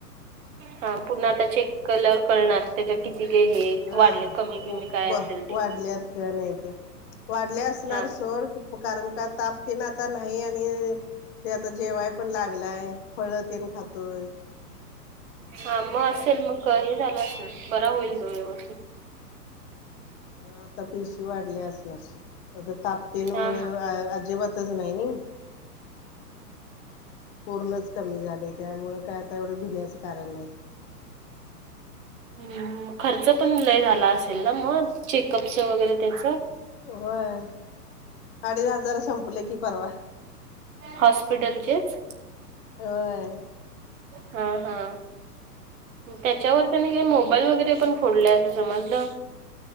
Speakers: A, on the right (about 55°); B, on the left (about 45°).
A: हा पुन्हा आता चेक केल्यावर कळणार. त्याच्या किती ते हे
B: हा
A: वाढले कमी बिमी काय
B: ब
A: असेल
B: वाढल्यात
A: ते.
B: काय नाही त्या वाढले असणार
A: हा
B: सोड, कारण का ताप तेन आता नाही आणि ते आता जेवाय पण लागलाय, फळ तेन खातोय.
A: हा मग असल मग हे झाल असणार. बरा होईल तो व्यवस्थित.
B: हा आता पेशी वाढले असणार आ ताप तेन
A: हा
B: आ
A: हा
B: अजिबात नाही नई पूर्णच कमी झालंय त्यामुळं काय काय एवढं भिण्याचं कारण नाही.
A: हम्म खर्च पण लय झाला असेल ना मग चेकअपचं वगैरे त्याचं.
B: होय अडीच हजार संपलं की परवा.
A: हॉस्पिटलचेच?
B: होय
A: हा हा. त्याच्यावर त्यांनी ते मोबाईल वगैरे पण फोडलाय अस समजलं.